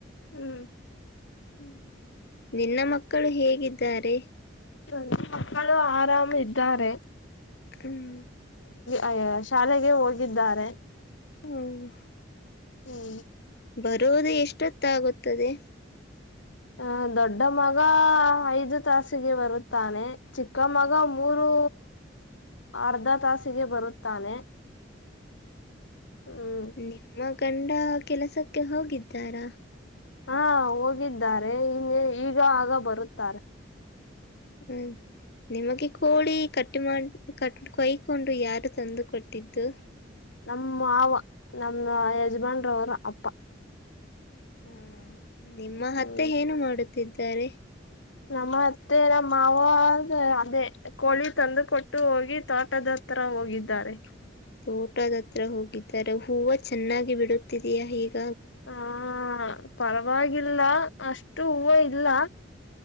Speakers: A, on the left; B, on the left.
A: ಹ್ಮ್
B: ಹ್ಮ ನಿನ್ನ ಮಕ್ಕಳು ಹೇಗಿದ್ದಾರೆ
A: ನನ್ನ ಮಕ್ಕಳು ಆರಾಮ್ ಇದ್ದಾರೆ
B: ಹ್ಮ್
A: ಅ ಶಾಲೆಗೆ ಹೋಗಿದ್ದಾರೆ
B: ಹ್ಮ್
A: ಹ್ಮ್
B: ಬರೋದು ಎಷ್ಟೊತ್ತ ಆಗುತ್ತದೆ
A: ಹ ದೊಡ್ಡ ಮಗ ಐದು ತಾಸಿಗೆ ಬರುತ್ತಾನೆ ಚಿಕ್ಕ ಮಗ ಮೂರು ಅರ್ಧ ತಾಸಿಗೆ ಬರುತ್ತಾನೆ ಹ್ಮ್
B: ನಿಮ್ಮ ಗಂಡ ಕೆಲಸಕ್ಕೆ ಹೋಗಿದ್ದಾರಾ
A: ಹಾ ಹೋಗಿದ್ದಾರೆ ಇನ್ನ ಈಗ ಆಗ ಬರುತ್ತಾರೆ
B: ಹ್ಮ ನಿಮಗೆ ಕೋಳಿ ಕಟ್ಟಿ ಮಾಡ ಕಟ್ ಕೈಕೊಂಡು ಯಾರು ತಂದು ಕೊಟ್ಟಿದ್ದು
A: ನಮ್ಮ ಮಾವ ನಮ್ಮ ಯಜಮಾಂಡ್ರವ್ರ ಅಪ್ಪ
B: ಹಾ ನಿಮ್ಮ ಹತ್ತೆ
A: ಹ್ಮ್
B: ಏನು ಮಾಡುತ್ತಿದ್ದಾರೆ
A: ನಮ್ಮ ಅತ್ತೆರ ಮಾವದ ಅದೇ ಕೋಳಿ ತಂದು ಕೊಟ್ಟು ಹೋಗಿ ತೋಟದ ಹತ್ರ ಹೋಗಿದ್ದಾರೆ
B: ತೋಟದತ್ರ ಹೋಗಿದ್ದಾರೆ ಹೂವು ಚೆನ್ನಾಗಿ ಬಿಡುತ್ತಿದೆಯಾ ಹೀಗೆ
A: ಹಾ ಪರವಾಗಿಲ್ಲ ಅಷ್ಟು ಹೂವು ಇಲ್ಲ